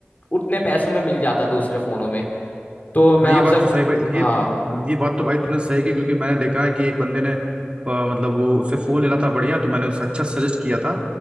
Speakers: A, on the left; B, on the right.
A: उतने पैसों में मिल जाता दूसरे फोनों में तो मैं
B: हाँ
A: आपसे
B: ये बात तो सही भाई ये
A: हाँ
B: ये बात तो भाई तूने सही की क्योंकि मैंने देखा है कि एक बंदे ने अ, मतलब वो उससे फोन लेना था बढ़िया तो मैंने उससे अच्छा सजेस्ट किया था